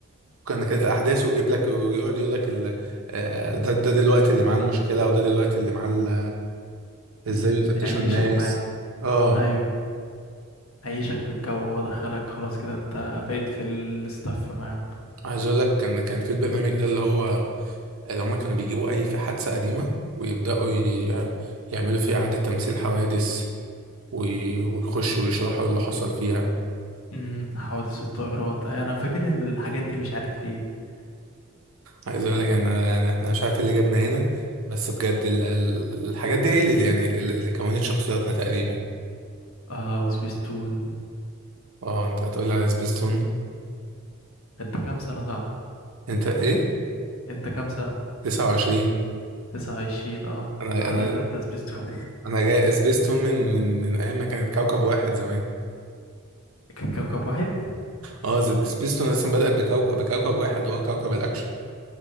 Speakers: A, on the right; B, on the left.
A: كان كانت الاحداث ويجيب لك ويقعد يقول لك ال... آه، ده ده دلوقتي اللي معاه المشكله وده دلوقتي اللي معاه ال- ازاي
B: امم
A: بيفتشوا
B: يعيشك
A: الناس
B: معاه
A: اه
B: ايوه عيشك في الجو ودخلك خلاص كده انت بقيت في الاستاف معاهم
A: عايز اقول لك كان كان في البرنامج ده اللي هو اللي هم كانوا بيجيبوا اي في حادثه قديمه ويبداوا ي... يعملوا فيها اعاده تمثيل حوادث وي... ويخشوا ويشرحوا اللي حصل فيها
B: امم حوادث الطائرات أي انا فاكر الحاجات دي مش عارف ليه
A: عايز اقول لك انا أنا- احنا مش عارف إيه اللي جابنا هنا بس بجد ال... ال- الحاجات دي هي اللي يعني اللي كونت شخصياتنا تقريبا
B: اه وسبيستون
A: اه انت هتقول لي على سبيستون
B: انت كام سنة صح
A: انت ايه
B: انت كام سنة
A: 29
B: 29 اه
A: انا
B: حضرت
A: انا
B: انت سبيستون
A: انا جاي سبيستون من من من ايام ما كانت كوكب واحد زمان
B: <laughs> ك- كوكب واحد
A: اه ز- سبيستون اساسا بدأت بكوكب بكوكب واحد وهو كوكب الاكشن